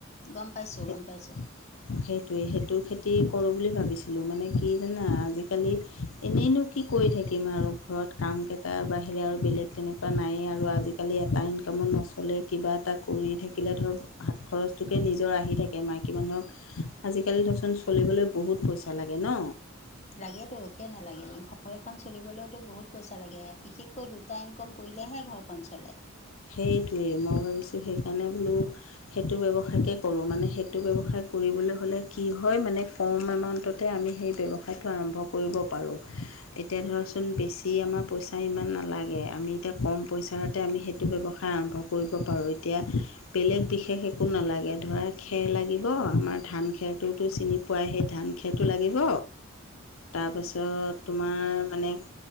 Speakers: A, on the left (about 35°); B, on the left (about 85°).
A: গম পাইছো
B: সেই
A: গম পাইছো।
B: সেইটোৱে সেইটো খেতি কৰোঁ বুলি ভাবিছিলো মানে কি জানা আজিকালি। এনেইনো কি কৰি থাকিম আৰু ঘৰত কামকেইটা বাহিৰে আৰু বেলেগ তেনেকুৱা নাইয়ে আৰু আজি। আজিকালি এটা ইনকামত নচলে কিবা এটা কৰি থাকিলে ধৰক। টোকে নিজৰ আহি থাকে মাইকী মানুহক আজিকালি ধৰচোন চলিবলৈ বহুত পইচা লাগে ন।
A: লাগেতো কিয় নালাগে ঘৰ এখন চলিবলৈতো বহুত পইচা লাগে বিশেষকৈ দু টা ইনকম কৰিলেহে ঘৰখন চলে।
B: সেইটোৱেই মই ভাবিছোঁ সেইকাৰণে বোলো। সেইটো ব্যৱসায়কে কৰোঁ মানে সেইটো ব্যৱসায় কৰিবলৈ হ'লে কি হয় মানে। কম এমাউণ্টতে আমি সেই ব্যৱসায়টো আৰম্ভ কৰিব পাৰোঁ। এতিয়া ধৰা চোন বেছি আমাৰ পইচা ইমান নালাগে আমি এতিয়া কম পইচাতে আমি সেই টো ব্যৱসায় আৰম্ভ কৰিব পাৰোঁ এতিয়া। বেলেগ বিশেষ একো নালাগে ধৰা খেৰ লাগিব আমাৰ ধান খেৰটোতো চিনি পোৱায় হে ধান খেটো লাগিব।
A: তাকে
B: তাৰপাছত তোমাৰ মানে